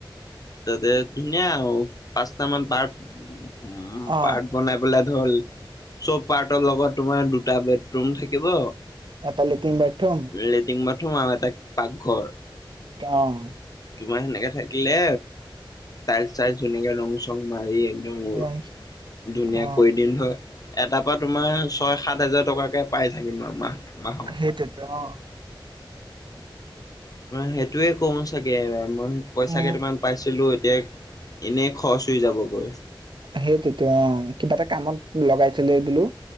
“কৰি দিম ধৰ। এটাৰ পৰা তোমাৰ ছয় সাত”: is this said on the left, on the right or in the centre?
Left